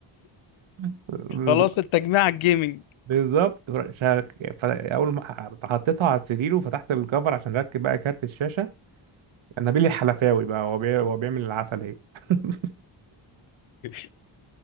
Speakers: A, on the right; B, on the left.
A: <laughs> بالظبط
B: خلاص التجميع الجيمنج
A: بالظبط شاك- ف- اول ما ح- حطيتها على السرير وفتحت الكفر عشان اركب بقى كارت الشاشه نبيل الحلفاوي بقى هو بي- هو بيعمل العسل اهي <laughs>
B: <laughs> إيه